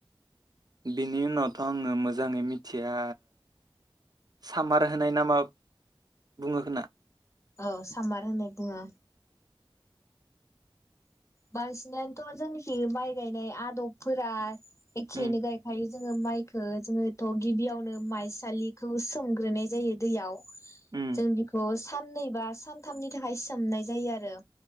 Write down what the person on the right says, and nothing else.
बिनि उनावथ' आङो मोजाङै मिथिया सामार होनाय नामा बुङो ख ना
उम
उम